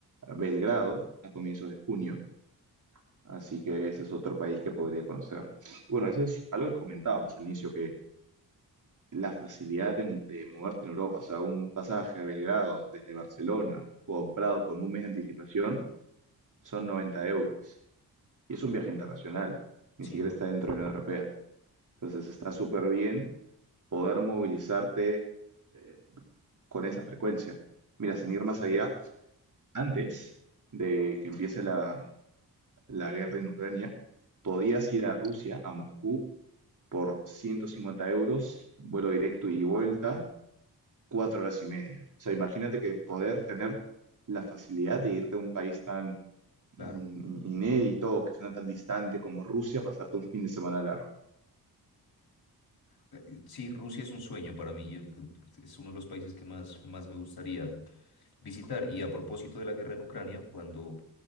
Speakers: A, on the right; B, on the left.
A: Belgrado a comienzos de junio, así que ese es otro país que podría conocer. Bueno, eso es algo que comentábamos al inicio, la facilidad de, de moverte en Europa, o sea, un pasaje a Belgrado desde Barcelona, comprado con un mes de anticipación, son 90 euros. Y es un viaje internacional, ni
B: Sí.
A: siquiera está dentro de la Unión Europea. Entonces está súper bien poder movilizarte eh, con esa frecuencia. Mira, sin ir más allá, antes de que empiece la, la guerra en Ucrania, podías ir a Rusia, a Moscú, por 150 euros, vuelo directo y vuelta, cuatro horas y media. O sea, imagínate que poder tener la facilidad de irte a un país tan mm,
B: Claro.
A: inédito, que suena tan distante como Rusia, pasarte un fin de semana largo.
B: eh, Sí, Rusia es un sueño para mí. yo- eh, Es uno de los países que más, más me gustaría visitar. Y a propósito de la guerra en Ucrania, cuando